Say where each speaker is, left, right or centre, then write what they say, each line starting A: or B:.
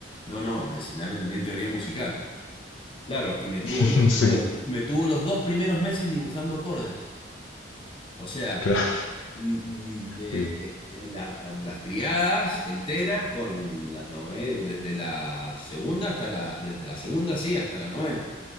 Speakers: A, on the left; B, on the left.
A: no, no, enseñame también teoría musical. Claro, y me
B: <laughs>
A: tuvo los,
B: Sí,
A: los- me tuvo los dos primeros meses dibujando acordes. O sea,
B: claro.
A: mm, mm, de,
B: Sí,
A: eh, la- las triadas enteras con las novelas, desde la segunda hasta la, desde la segunda, sí, hasta la novena.